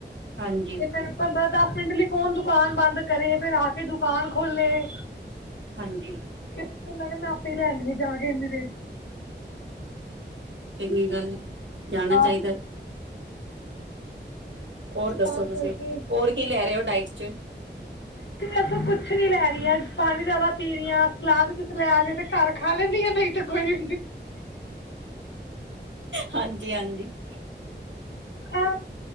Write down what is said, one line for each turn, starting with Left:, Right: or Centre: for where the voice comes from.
Right: ਹਾਂਜੀ
Left: ਤੇ ਫੇਰ ਪੰਦਰ ਪਿੰਟ ਲਈ ਕੌਣ ਦੁਕਾਨ ਬੰਦ ਕਰੇ ਫਿਰ ਆ ਕੇ ਦੁਕਾਨ ਖੋਲ੍ਹੇ
Right: ਹਾਂਜੀ
Left: ਕਿਹਾ ਮੈਂ ਆਪੇ ਲੈਣ ਜਾਾਰੇ ਮਰੇ
Right: ਮੇ ਨਨ ਜਾਣਾ ਚਾਹੀਦਾ
Left: ਆਪ
Right: ਹੋਰ
Left: ਕਰਕੇ
Right: ਦੱਸੋ ਤੁਸੀਂ ਹੋਰ ਕੀ ਲੈ ਰਹੇ ਹੋ ਡਾਇਟ ਚ
Left: ਉਥੋਂ ਕੁਛ ਨੀ ਲੈ ਰਹੀਆਂ ਪਾਣੀ ਜਿਆਦਾ ਪੀ ਰਹੀ ਹ ਸਲਾਦ ਕਿਸੇ ਲ ਆ ਜਏ ਤੇ ਘਰ ਖਾ ਲੈਂਦੀ ਆ ਨਹੀਂ ਤੇ ਕੋਈ ਹ
Right: ਹਾਂਜੀ ਹਾਂਜੀ ਹ
Left: ਐ